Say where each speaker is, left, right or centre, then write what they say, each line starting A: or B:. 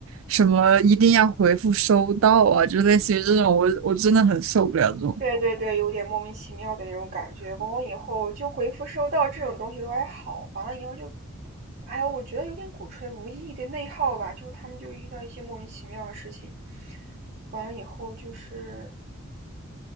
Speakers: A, on the right; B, on the right.
A: 什么一定要回复收到啊，就类似于这种，我我真的很受不了这种。
B: 对对对，有点莫名其妙的那种感觉。完了以后就回复收到这种东西都还好，完了以后就，哎呀，我觉得有点鼓吹无意义的内耗吧，就是他们就遇到一些莫名其妙的事情，完了以后就是，